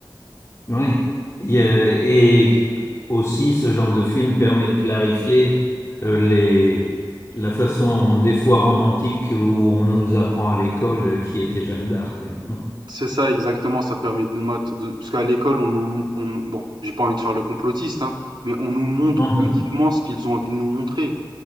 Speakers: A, on the left; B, on the right.
A: Oui. Et, euh, et aussi, ce genre de film permet de clarifier euh, les, la façon, des fois romantique, où on nous apprend à l'école euh, qui était Jeanne d'Arc. oui. Non,
B: C'est ça, exactement. Ça permet de nous mat- de, parce qu'à l'école, on nous, on- bon, j'ai pas envie de faire le complotiste, hein, mais on nous montre
A: non. non.
B: uniquement ce qu'ils ont envie de nous montrer.